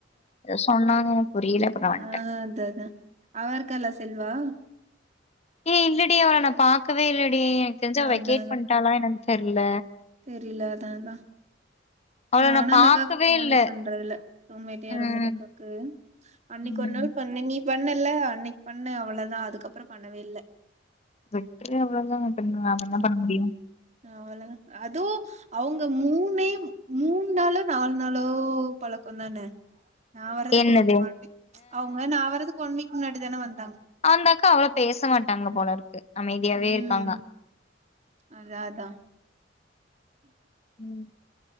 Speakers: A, on the left (about 35°); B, on the right (about 40°).
A: இத சொன்னாங்க புரியல அப்புறம் நான்
B: அஹ்
A: வந்ட்டேன்.
B: அதா அதா. அவ இருக்காலா செல்வா
A: ஏ இல்லடி அவள நா பாக்கவே இல்ல <unintelligible> எனக்கு தெரிஞ்சு அவ
B: அதா
A: வெகேட் பண்ட்டாலா என்னன்னு தெர்ல
B: இல்லதான்னா
A: அவள
B: நானும்
A: நான்
B: அந்த
A: பாக்கவே
B: அக்காக்கு போனே
A: இல்ல.
B: பண்றது இல்ல <unintelligible>
A: ம்,
B: அக்காவுக்கு அன்னைக்கு
A: ம்.
B: ஒரு நாள் பண்ண நீ பண்ணல்ல அன்னைக்கி பண்ணே அவ்ளதா அதுக்கப்புறோ பண்ணவே இல்ல
A: <unintelligible> குழந்தைங்க பண்றாங்க நாம என்ன பண்ண முடியு
B: அவ்ளதா அதும் அவங்க மூணே மூண் நாளோ நாலு நாளோ பழக்கம்தான நா வர்றதுக்கு
A: என்னது?
B: ஒரு <unintelligible> அவங்க நான் வறதுக்கு ஒன் வீக் முன்னாடி <unintelligible> வந்து
A: அந்தக்கா அவ்ளோ பேச மாட்டாங்க போல இருக்கு அமைதியாவே
B: ம்
A: இருக்காங்க
B: அதா அதா ஓகே
A: உம்